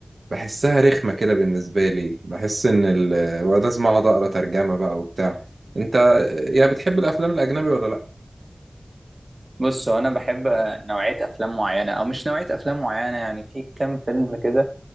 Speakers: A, on the right (about 90°); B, on the right (about 50°).
A: بحسها رخمة كده بالنسبة لي بحس ان ال... ولازم اقعد اقرا ترجمة بقى وبتاع انت يعني بتحب الافلام الاجنبي ولا لا
B: بص هو أنا بحب آه، نوعية أفلام معينة أو مش نوعية أفلام معينة يعني في كام فيلم كده